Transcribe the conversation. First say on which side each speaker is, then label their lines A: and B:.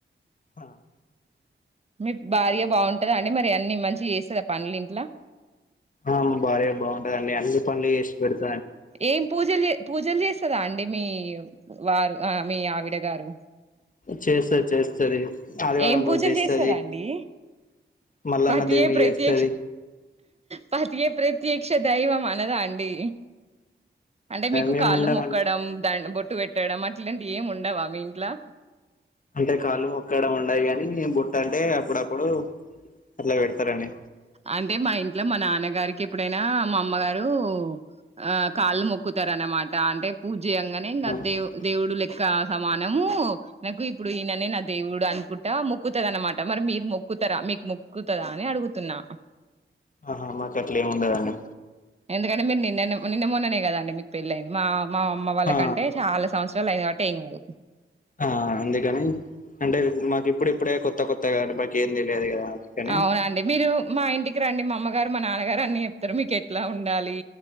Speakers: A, on the left; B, on the right.
A: ఆ
B: మీ భార్య బాగుంటందా అండి మరి అన్ని మంచిగా చేస్తుందా పనులు ఇంట్లో
A: ఆ మా భార్య బాగుంటదండి అన్ని పనులు చేసి పెడుత
B: ఏం పూజలు జే పూజలు చేసి <unintelligible> అండి మీ వారు అ మీ ఆవి ఎ గారు
A: చేసేది చేస్తది ఆదివారం
B: ఏం
A: రోజు
B: పూజలు
A: చేస్తది.
B: చేస్తదండి
A: మల్లన్న
B: పతియే
A: దేవునికి
B: ప్రత్యక్ష
A: చేస్తది.
B: పతియే ప్రత్యేక్ష దైవమనదా అండి అంటే మీకు
A: మేము
B: కాళ్ళు
A: ఉండమండి
B: మొక్కడం ద బొట్టు పెట్టడం అట్లాంటివి ఏం ఉండ ఉండవా మీఇంట్లో
A: అంటే కాళ్ళు మొక్కడం ఉండయి గాని బొట్టు అంటే అప్పుడప్పుడు అట్లా పెడతారండి
B: అంటే మా ఇంట్లో మా నాన్నగ గారికి ఎప్పుడైనా మా అమ్మగారు ఆ కాళ్ళు మొక్కుతార అనమాట అంటే పూ జేయంగానే ఇంగా
A: ఆ
B: దే దేవుడు లెక్క సమాన నమో నాకు ఇప్పుడు ఈయననే నా దేవుడు అనుకుంటా మొ మొక్కుతది అన్నమాట మరి మీరు మొక్కుతారా మీకు మొక్కుతదా అని అడుగుతున్నా
A: ఆహా మాకట్లేమి ఉండదండి.
B: ఎందుకంటే మీరు నిన్నానే నిన్న మొన్ననే కదండి మీకు పెళ్ళ అయింది మా మా అమ్మ వాళ్ళకంటే
A: ఆ
B: చాలా సంవత్సరాలు అయింది కాబట్ టెంగు
A: ఆ అందుకని అంటే మాకు ఇప్పుడు ఇప్పుడే కొత్త కొత్త కానీ మాకు ఏమి తెయదు కదా అందుకని
B: అవునండి మీరు మా ఇంటిక్ టీకి రండి మా అమ్మగారు మా నాన్నగారు అన్ని చెప్తారు మీకు ఎట్లా ఉండాలి